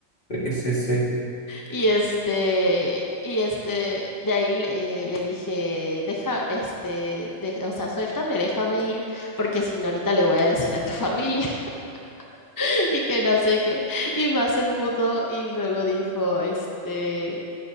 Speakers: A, on the left; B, on the left.
A: sí, sí, sí,
B: Y este, y este, de ahí le, eh, le dije, deja, este, de- o sea, suéltame, déjame ir, porque si no ahorita le voy a decir a tu familia <laughs> y que no sé qué. Y más se emputó y luego dijo, este,